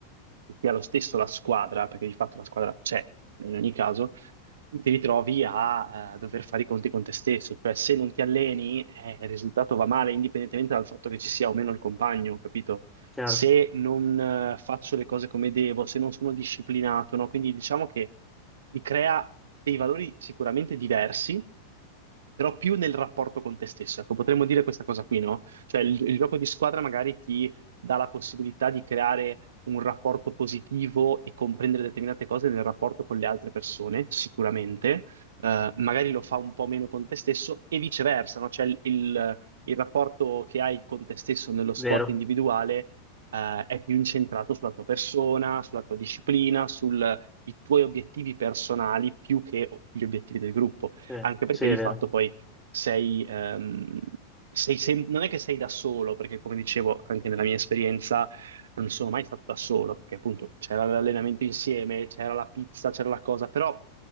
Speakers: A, on the right; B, in the centre.
A: sia lo stesso la squadra, perché di fatto la squadra c'è in ogni caso, tu ti ritrovi a eh, dover fare i conti con te stesso, cioè se non ti alleni, eh, il risultato va male, indipendentemente dal fatto che ci sia o meno il compagno, capito?
B: Chiaro,
A: Se non eh, faccio le cose come devo, se non sono disciplinato, no? Quindi diciamo che ti crea dei valori sicuramente diversi, però più nel rapporto con te stesso. Ecco, potremmo dire questa cosa qui, no? Cioè il, il gioco di squadra magari ti dà la possibilità di creare un rapporto positivo e comprendere determinate cose nel rapporto con le altre persone, sicuramente. Eh, magari lo fa un po' meno con te stesso e viceversa, no? Cioè il, il- il rapporto che hai con te stesso nello sport
B: vero,
A: individuale, eh, è più incentrato sulla tua persona, sulla tua disciplina, sui tuoi obiettivi personali più che gli obiettivi del gruppo,
B: sì,
A: anche perché
B: sì, è
A: di
B: vero.
A: fatto poi sei, ehm, sei sem- non è che sei da solo, perché come dicevo anche nella mia esperienza non sono mai stato da solo, perché appunto c'era l'allenamento insieme, c'era la pizza, c'era la cosa, però